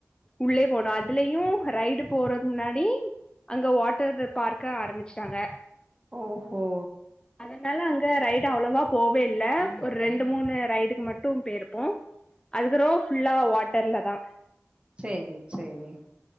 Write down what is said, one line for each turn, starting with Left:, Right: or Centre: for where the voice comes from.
Left: உள்ளே போனோ அதுலயு ரைடு போறது முன்னாடி அங்க வாட்டர் பார்க்க ஆரம்பிச்சுட்டாங்க
Right: ஓஹோ
Left: அதனால அங்க ரைடு அவ்வளவா போவே இல்ல ஒரு ரெண்டு மூணு ரைடுக்கு மட்டு பேயிருப்போ அதுக்கறோ ஃபுல்லா வாட்டர்லதா
Right: செரி செரி